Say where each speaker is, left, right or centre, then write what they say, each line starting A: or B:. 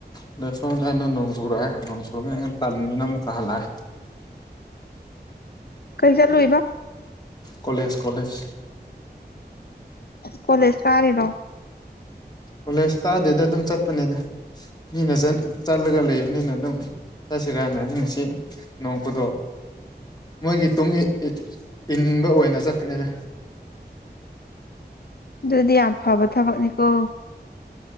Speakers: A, on the left (about 25°); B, on the left (about 65°).
A: ꯑꯗꯣ ꯁꯣꯝꯗ ꯑꯩꯅ ꯅꯣꯡ ꯆꯨꯔꯛꯑꯦ ꯅꯣꯡ ꯆꯨꯔꯛꯉꯦꯩꯅ ꯇꯜꯂꯤꯗꯅꯤꯅꯨꯛꯀ ꯍꯜꯂꯛꯑꯦ
B: ꯀꯩ ꯆꯠ ꯂꯣꯏꯕ
A: ꯀꯂꯦꯖ ꯀꯂꯦꯖ
B: ꯀꯣꯂꯦꯖ ꯀꯥꯔꯤꯔꯣ
A: ꯀꯣꯂꯦꯖ ꯀꯥꯗꯦꯗ ꯑꯗꯨꯝ ꯆꯠꯄꯅꯤꯅ ꯃꯤꯅ ꯆꯠꯂꯒ ꯂꯩꯕꯅꯤꯅ ꯑꯗꯨꯝ ꯆꯠꯁꯤꯔ ꯅ ꯉꯁꯤ ꯅꯣꯡꯄꯨꯗ ꯃꯣꯏꯒꯤ ꯇꯨꯡ ꯏꯅꯤꯡꯕ ꯑꯣꯏꯅ ꯆꯠꯄꯅꯤꯅ
B: ꯑꯗꯨꯗꯤ ꯌꯥꯝ ꯐꯕ ꯊꯕꯛꯅꯤꯀꯣ